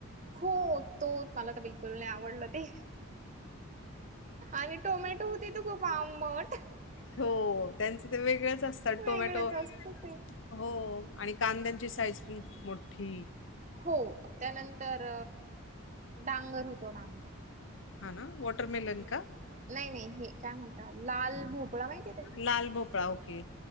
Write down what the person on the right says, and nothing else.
हो, तो मला तर बिलकुल नाही आवडलं ते. आणि टोमॅटो हुतेत खूप आंबट.
वेगळंच
असतं ते
हो, त्यानंतर डांगर होतो डांगर.
नाही, नाही हे काय म्हणता, लाल भोपळा माहित.